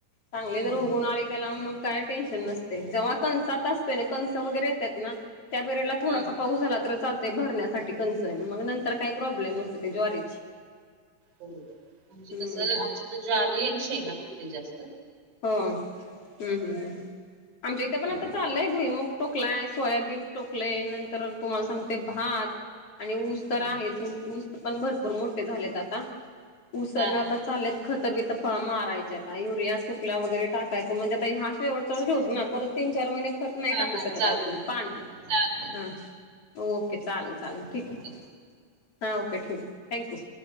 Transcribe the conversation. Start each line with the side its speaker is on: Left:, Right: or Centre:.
Left: चांगली
Right: हम्म
Left: जर उगवून
Right: हम्म
Left: आली त्याला मग. काय टेन्शन नसतय, जव्हा कणसात असतेय ना कणस वगैरे येतात ना त्या पिरेड ला थोडासा
Right: हम्म
Left: पाऊस झाला तर चालतंय भरण्यासाठी कनसं, मग नंतर काई प्रॉब्लेम नस ते ज्वारीची.
Right: बरोबर म्हणजे
Left: हम्म
Right: कस, आमच्याकडे ज्वारी आणि शेंगा पिकतेय जास्त.
Left: हो हूं
Right: हम्म
Left: हूं हूं आमच्या इथे पण
Right: तर-
Left: आता चाललंय भुईमग टोकलाय सोयाबीन टोकलय, नंतर तुम्हांला सांगते भात आणि ऊस तर
Right: हम्म.
Left: आहेच ऊ-ऊस पण भरपूर मोठे झालेत आता ऊसांना
Right: हा
Left: आता
Right: हा
Left: चालल्यात खतबीतं पा मारयचे आता युरिया तुकला वगैरे टाकायचं, म्हणजे आता हे शेवटचाचं डोस ना परत तीन चार महिने खतं नाही
Right: हा
Left: टाकू
Right: हा
Left: शकत
Right: चालते
Left: आपण
Right: चालते
Left: पान
Right: चालते
Left: हां ओके चालल, चालल
Right: ओके
Left: ठीक हे हां ओके ठेव, थँक्यू.